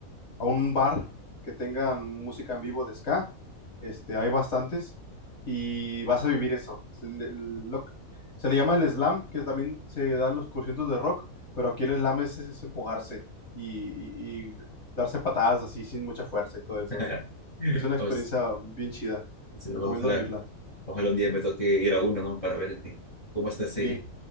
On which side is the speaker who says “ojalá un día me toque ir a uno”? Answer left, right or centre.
Left